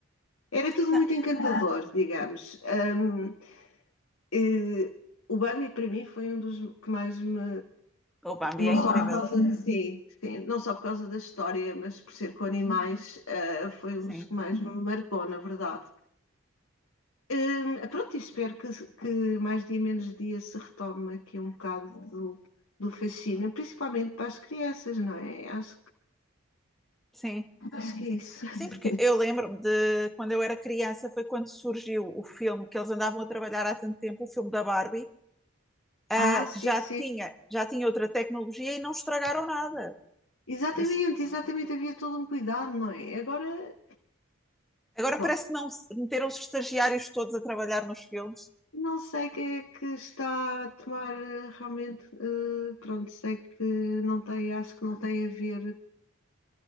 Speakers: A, on the left; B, in the centre.
A: era tudo
B: Não,
A: muito encantador, <laughs> digamos. Ahm, eh, o Bambi para mim foi um dos que mais me.
B: O Bambi
A: Não
B: é
A: só
B: incrível.
A: por causa de <laughs> sim, sim, não só por causa da história, mas por ser com animais, ah, foi
B: Sim,
A: um dos que mais me marcou, na verdade. Hum, pronto, e espero que, que mais dia menos dia se retome aqui um bocado do, do fascínio, principalmente para as crianças, não é? Acho,
B: sim,
A: acho que
B: sim.
A: é isso. <laughs>
B: Sim, porque eu lembro-me de quando eu era criança, foi quando surgiu o filme que eles andavam a trabalhar há tanto tempo, o filme da Barbie, ah,
A: Ah, sim,
B: que já
A: sim.
B: tinha, já tinha outra tecnologia e não estragaram nada.
A: Exatamente,
B: Por isso,
A: exatamente. Havia todo um cuidado, não é? Agora,
B: agora
A: bom,
B: parece que não se- meteram os estagiários todos a trabalhar nos filmes.
A: não sei quem é que está a tomar eh, realmente. eh, pronto, sei que não tem, acho que não tem a ver